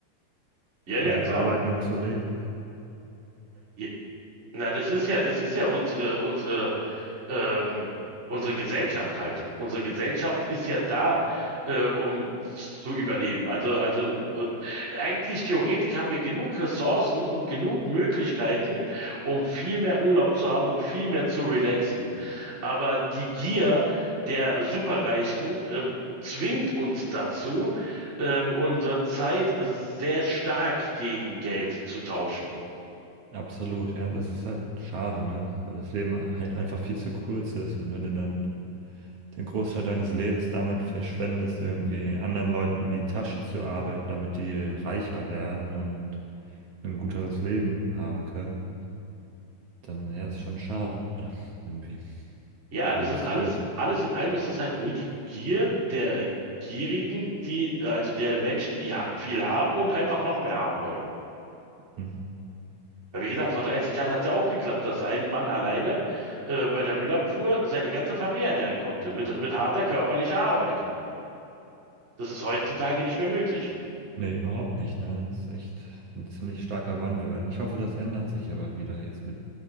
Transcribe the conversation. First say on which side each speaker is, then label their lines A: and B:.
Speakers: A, on the right; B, on the right.
A: Ja, ja,
B: Weil wir
A: klar.
B: arbeiten, um zu leben.
A: Ja, na, das ist ja, das ist ja unsere, unsere ähm, unsere Gesellschaft halt. Unsere Gesellschaft ist ja da, äh, um zu überleben. Also, also und eigentlich theoretisch haben wir genug Ressourcen und genug Möglichkeiten, um viel mehr Urlaub zu haben und viel mehr zu relaxen. Aber die Gier der Superreichen, äh, zwingt uns dazu, ähm, unsere Zeit sehr stark gegen Geld zu tauschen.
B: Absolut, ja. Das ist halt schade, ne? Weil das Leben halt einfach viel zu kurz ist. Und wenn du dann den Großteil deines Lebens damit verschwendest, irgendwie anderen Leuten in die Tasche zu arbeiten, damit die reicher werden und ein guteres Leben haben können, dann ja, ist schon schade irgendwie.
A: Ja,
B: Da
A: das
B: gebe
A: ist
B: ich dir
A: alles,
B: recht.
A: alles in allem ist es halt nur die Gier der Gierigen, die, also der Menschen, die ha viel haben und einfach noch mehr haben wollen.
B: Hm.
A: Weil wie gesagt, vor 30 Jahren hat es ja auch geklappt, dass ein Mann alleine äh, bei der Müllabfuhr seine ganze Familie ernähren konnte, mit, mit harter körperlicher Arbeit. Das ist heutzutage nicht mehr möglich.
B: Nee, überhaupt nicht, ne? Das ist echt ein ziemlich starker Wandel. Und ich hoffe, das ändert sich aber wieder jetzt mit